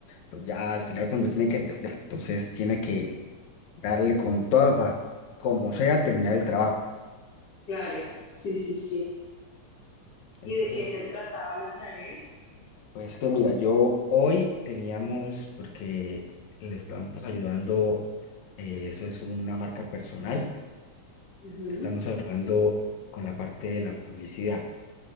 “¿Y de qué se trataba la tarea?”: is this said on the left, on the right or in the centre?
Left